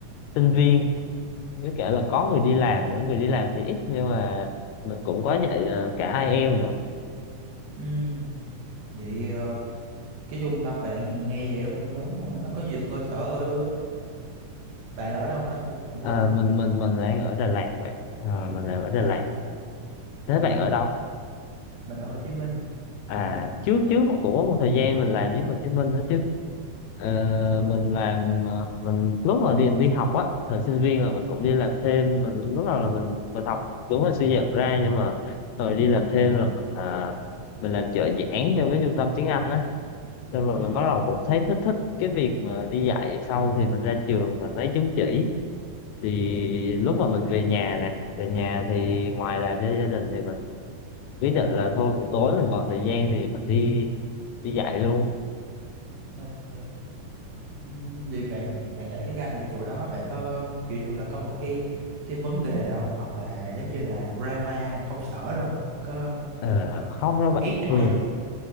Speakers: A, on the left (about 75°); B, on the right (about 65°).
A: sinh viên với cả là có người đi làm nữa người đi làm thì ít nhưng mà mình cũng có dạy ờ, cả IELTS nữa
B: ừ vậy ờ, cái trung tâm bạn nghe vậy nó cũng lớn quá. nó có nhiều cơ sở ở bạn là ở đâu ta Ui, mình
A: Ờ,
B: quên rồi
A: mình mình mình đang ở Đà Lạt vậy Ờ, mình đang ở Đà
B: à
A: Lạt thế
B: ừ.
A: bạn ở đâu
B: mình ở Hồ Chí Minh
A: à
B: ừ.
A: trước trước của một thời gian mình làm với Hồ Chí Minh đó chứ Ờ,
B: Còn
A: mình làm ờ, mình lúc mà đi đi học á thời sinh viên là mình cũng đi làm thêm mình lúc đầu là mình mình học đúng là suy dật ra nhưng mà rồi đi làm thêm là mình à, mình làm trợ giảng cho mấy trung tâm tiếng Anh á xong rồi
B: ừ.
A: mình bắt đầu cũng thấy thích thích cái việc mà đi dạy sau thì mình ra trường mình lấy chứng chỉ thì
B: ừ,
A: lúc mà mình về nhà nè về nhà thì ngoài làm cho gia đình thì mình ý định là thôi buổi tối mình còn thời gian thì mình đi đi dạy luôn
B: ok ừ. Vậy bạn bạn dạy tiếng Anh ở chỗ đó bạn có kiểu như là có một cái cái vấn đề đâu không? hoặc là giống như là drama công sở đâu không? có
A: Ờ,
B: có
A: không đâu bạn
B: ghét nhau
A: thường
B: hay gì không